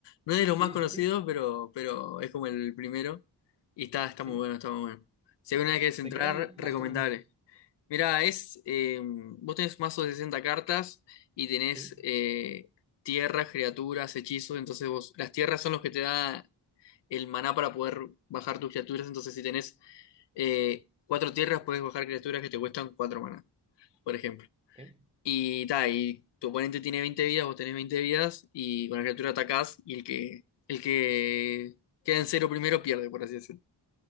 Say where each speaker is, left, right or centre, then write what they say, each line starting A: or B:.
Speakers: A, on the left (about 80°); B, on the right (about 15°).
A: No es de los
B: Sí,
A: más conocidos,
B: sí, sí,
A: pero, pero es como el primero. Y está, está
B: sí.
A: muy bueno, está muy bueno. Si alguna vez quieres entrar,
B: ¿De qué va más
A: recomendable.
B: o menos?
A: Mirá, es, eh, vos tenés mazo de 60 cartas y tenés
B: Sí,
A: eh, tierras, criaturas, hechizos. Entonces vos, las tierras son los que te da el maná para poder bajar tus criaturas. Entonces, si tenés eh, cuatro tierras, puedes bajar criaturas que te cuestan cuatro maná, por ejemplo.
B: ok,
A: Y ta, y tu oponente tiene 20 vidas, vos tenés 20 vidas, y con la criatura atacás, y el que, el que queda en cero primero pierde, por así decirlo.